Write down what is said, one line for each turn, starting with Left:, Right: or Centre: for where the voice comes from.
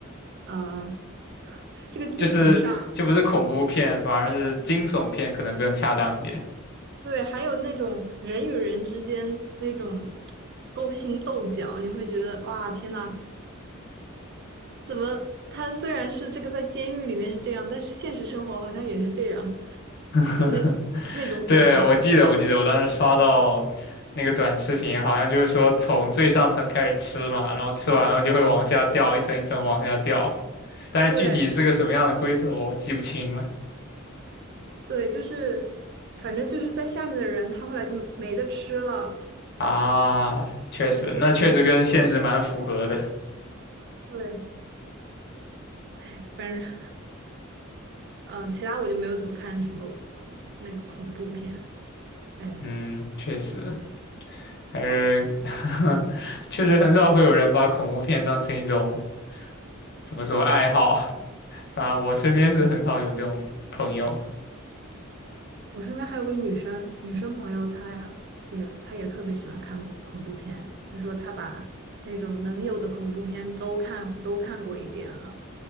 Right: 呃 <laughs>
Left: <laughs>
Right: 这个剧情上。
Left: 就是就不是恐怖片，反而是惊悚片可能更恰当一点。
Right: 对，还有那种人与人之间那种勾心斗角，你会觉得哇，天呐，怎么他虽然是这个在监狱里面是这样，但是现实生活好像也是这样，
Left: <laughs>
Right: 就那那种可怕。
Left: 对，我记得，我记得，我当时刷到那个短视频，好像就是说从最上层开始吃嘛，然后吃完了就会往下掉，一层一层往下掉，但是具体是个什么样的规则我记不清了
Right: 对对，就是反正就是在下面的人，他后来就没得吃了啊，
Left: 啊。确实，
Right: 对
Left: 那确实跟现实蛮符合的。
Right: 对，哎反正嗯、呃其他我就没有怎么看什么那个恐怖片，哎。
Left: 嗯，确实，还是 <laughs> 确实很少会有人把恐怖片当成一种怎么说爱好，反正我身边是很少有这种朋友
Right: 我身边还有个女生，女生朋友，她也她也特别喜欢看恐恐怖片。她说她把那种能有的恐怖片都看都看过一遍了，